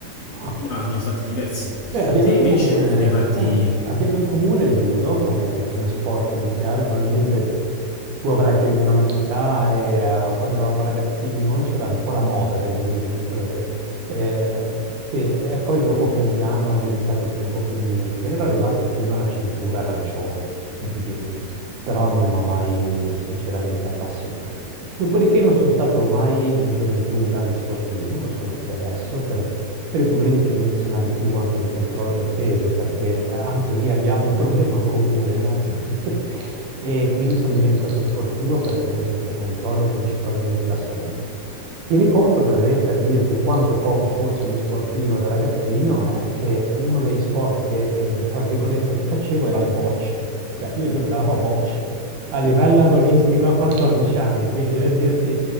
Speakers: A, on the right (about 80°); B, on the left (about 70°).
A: Ah.
B: ma ne ho fatti diversi.
A: Beh, abbiamo
B: Te invece
A: in comune,
B: eh, ne hai fatti
A: eh, abbiamo in comune il judo come, come sport iniziale, probabilmente tu avrai più o meno la mia età e eh, quando eravamo ragazzini noi c'era un po' la moda del judo, non so che- eh, sì, e poi dopo pian piano è diventato un po' più di nicchia, ero arrivato fino alla cintura arancione, giù di lì, però non mi ha mai sinceramente appassionato. Dopodiché non sono stato mai in gioventù un grande sportivo, lo sono più adesso per, per i problemi che menzionavi tu anche di controllo del peso, perché eh, anche lì abbiamo un problema in comune, no? <laughs> E quindi sono diventato sportivo per tenere sotto controllo principalmente la salute. Tieni conto, per esempio, per dirti quanto poco fossi uno sportivo da ragazzino, eh, che uno degli sport che, che, tra virgolette, che facevo era le bocce. Cioè, io giocavo a bocce a livello agonistico a 14 anni, quindi per dirti,